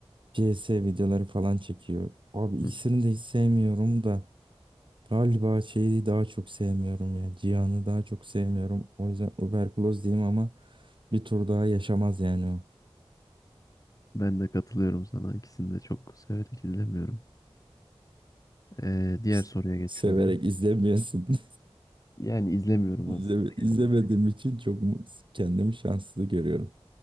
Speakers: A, on the right; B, on the left.
A: CS videoları falan çekiyor. Abi ikisini
B: Hı,
A: de hiç sevmiyorum da. Galiba şeyi daha çok sevmiyorum ya. Cihan'ı daha çok sevmiyorum. O yüzden Uberkloz diyeyim ama bir tur daha yaşamaz yani o.
B: Ben de katılıyorum sana. İkisini de çok severek izlemiyorum. Ee, diğer
A: Pst,
B: soruya geçiyorum.
A: Severek izlemiyorsun. <laughs>
B: Yani izlemiyorum
A: İzleme,
B: aslında
A: izlemediğim
B: genel olarak.
A: için çok mu- kendimi şanslı görüyorum.